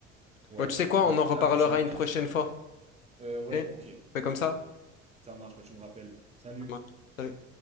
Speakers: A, on the right; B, on the left.
A: Ouais.
B: Bon, tu sais quoi,
A: Bah,
B: on
A: en
B: en
A: fait,
B: reparlera
A: j'ai l'impression. j'ai l'impression-
B: une prochaine fois.
A: Euh, ouais,
B: ok
A: ok.
B: On fait comme ça?
A: Ça marche, bah, tu me rappelles. Salut.
B: Ouais. Salut.